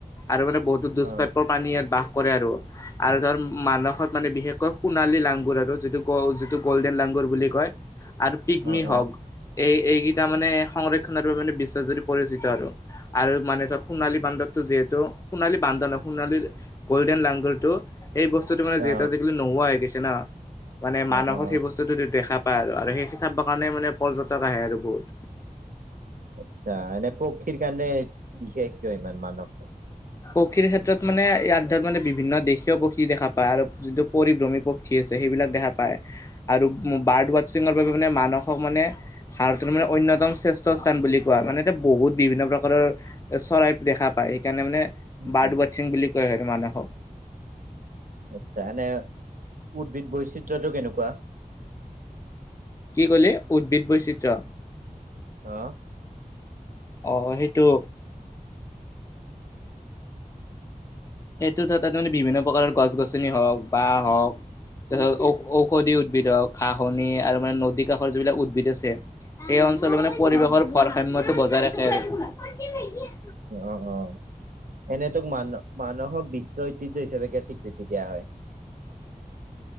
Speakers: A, on the left; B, on the right.
A: আৰু মানে বহুতো দুষ্প্ৰাপ্যৰ
B: অ
A: পানী ইয়াত বাহ কৰে আৰু, আৰু ধৰ মানসত মানে বিশেষকৈ সোণালী লাং আৰু যিটো গ যিটো গল্ডেন লাঙগুৰ বুলি কয় আৰু পিকমি
B: অ অ
A: হক এই এইকেইটা মানে সংৰক্ষণৰ বাবে মানে বিশ্বজুৰি পৰিচিত আৰু, আৰু মানে ধৰ সোণালী বান্দৰ যিহেতু সোণালী বান্দৰ নহয় সোণালীৰ গৌল্ডেন লাংগলটো সেই বস্তুটো মানে
B: অ
A: যিহেতু আজিকালি নোহোৱা হৈ গৈছে না মানে মানসত
B: অ অ
A: সেই বস্তুটোতো দেখা পায় আৰু সেখিনি চাব কাৰণে মানে পৰ্যটক আহে আৰু বহুত
B: আচ্ছা এনে পক্ষীৰ কাৰণে বিশেষ কিয় ইমান মানস
A: পক্ষীৰ ক্ষেত্ৰত মানে ইয়াত ধৰ মানে বিভিন্ন দেশীয় পক্ষী দেখা পায় আৰু যিটো পৰিভ্ৰমী পক্ষী আছে। সেইবিলাক দেখা পায় আৰু বাৰ্ড ৱাছিঙৰ বাবে মানে মানসক মানে ভাৰতৰ মানে অন্য একদম শ্ৰেষ্ঠ স্থান বুলি কোৱা মানে এতিয়া বহুত বিভিন্ন প্ৰকাৰৰ চৰাই দেখা সেইকাৰণে মানে
B: উম
A: বাৰ্ড
B: উম
A: ৱাছিং বুলি কয় আৰু মানসক।
B: আচ্ছা এনে উদ্ভিদ বৈচিত্ৰটো কেনেকুৱা?
A: কি কলি উদ্ভিদ বৈচিত্ৰ্য
B: অহ
A: অহ সেইটো সেইটোত তাত মানে বিভিন্ন প্ৰকাৰৰ গছ গছনি হওঁক বাঁ হওঁক তাৰপিছত ঔ ঔষধি উদ্ভিদ হওঁক খা খহনি আৰু মানে নদী কাষৰ যিবিলাক উদ্ভিদ আছে এই অঞ্চল মানে পৰিৱেশৰ
B: উম উম
A: ভাৰসাম্যতো বজাই ৰাখে আৰু
B: অ অ এনেই তো মান মানসক বিশ্ব ঐতিহ্য হিচাপে একে স্বীকৃতি দিয়া হয়।